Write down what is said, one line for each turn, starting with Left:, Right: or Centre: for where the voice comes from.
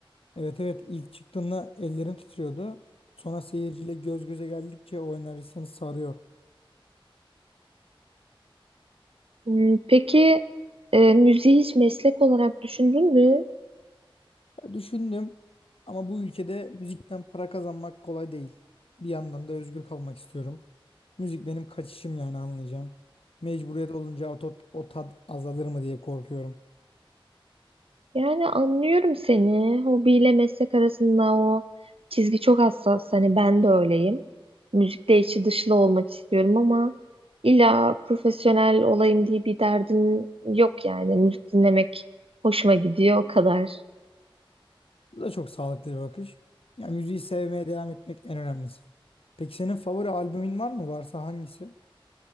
Left: Evet evet ilk çıktığında ellerim titriyordu. Sonra seyirciyle göz göze geldikçe o enerji seni sarıyor.
Right: Hmm, peki e, müziği hiç meslek olarak düşündün mü?
Left: Düşündüm ama bu ülkede müzikten para kazanmak kolay değil. Bir yandan da özgür kalmak istiyorum. Müzik benim kaçışım yani anlayacaksın. Mecburiyet olunca o, tat- o tat azalır mı diye korkuyorum.
Right: Yani anlıyorum seni. Hobiyle meslek arasında o çizgi çok hassas. Hani ben de öyleyim. Müzikle içi dışlı olmak istiyorum ama illa profesyonel olayım diye bir derdin yok yani. Müzik dinlemek hoşuma gidiyor o kadar.
Left: Bu da çok sağlıklı bir bakış. Ya müziği sevmeye devam etmek en önemlisi. Peki senin favori albümün var mı? Varsa hangisi?